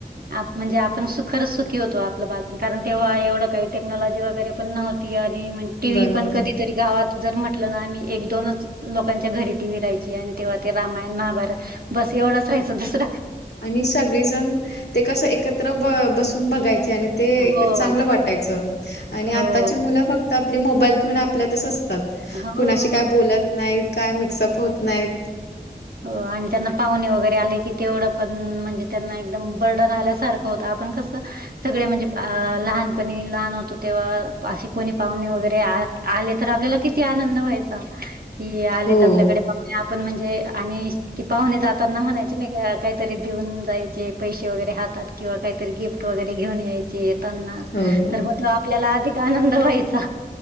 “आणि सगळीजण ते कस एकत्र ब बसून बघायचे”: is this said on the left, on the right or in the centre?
Left